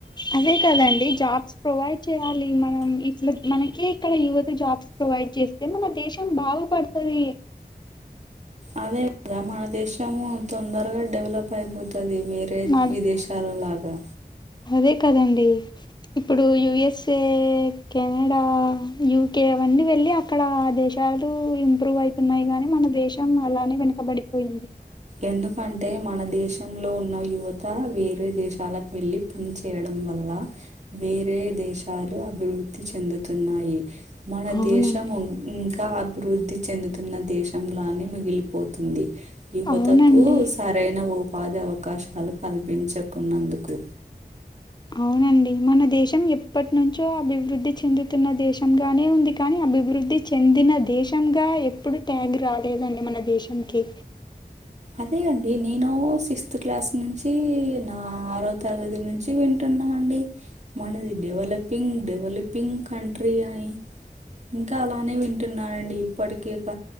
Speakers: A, on the left; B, on the right.
A: అదే కదండి జాబ్స్ ప్రొవైడ్ చేయాలి మనం ఇట్లా మనకే ఇక్కడ యువత జాబ్స్ ప్రొవైడ్ చేస్తే మన దేశం బాగుపడుతది
B: అదే కదా మన దేశము తొందరగా డెవలప్ అయిపోతది వేరే ఏది
A: నా
B: విదేశాల లాగా
A: అదే కదండి ఇప్పుడు యుఎస్ఏ, కెనడా, యూకే అవన్నీ వెళ్ళి ఆక్కడ ఆ దేశాలు ఇంప్రూవ్ అయితున్నాయి గాని మన దేశం అలానే వెనకబడిపోయింది
B: ఎందుకంటే మన దేశంలో ఉన్న యువత వేరే దేశాలకు వెళ్ళి పనిచేయడం వల్ల వేరే దేశాలు అభివృద్ధి చెందుతున్నాయి మన
A: అవునండి
B: దేశము ఇంకా అభివృద్ధి చెందుతున్న దేశంలానే మిగిలిపోతుంది యువతకు
A: అవునండి
B: సరైన ఉపాధి అవకాశాలు కల్పించకున్నందుకు
A: అవునండి మన దేశం ఎప్పటి నుంచో అభివృద్ధి చెందుతున్న దేశం గానే ఉంది కానీ అభివృద్ధి చెందిన దేశంగా ఎప్పుడు ట్యాగ్ రాలేదండి మన దేశంకి
B: అదే అండి నేను సిక్స్త్ క్లాస్ నుంచి నా ఆరో తరగతి నుంచి విం వింటున్నా అండి మనది డెవలపింగ్ డెవలపింగ్ కంట్రీ అని ఇంకా అలానే వింటున్నా అండి ఇప్పటికీ ఇక